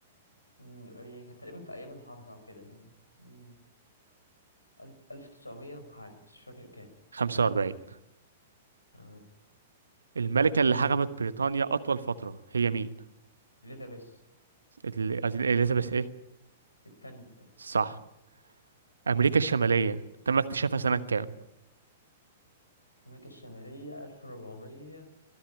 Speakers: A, on the left; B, on the right.
A: مم، هي كانت تقريبا في أيام الحرب أو كده يعني مم، ألف ألف تسعمية وحاجة بس مش فاكر كام
B: 45
A: آه،
B: الملكة اللي حكمت بريطانيا أطول فترة هي مين؟
A: إليزابيث
B: ال- إليزابيث ايه؟
A: التانية التانية
B: صح أمريكا الشمالية تم اكتشافها سنة كام؟
A: أمريكا الشمالية ألف ربعمية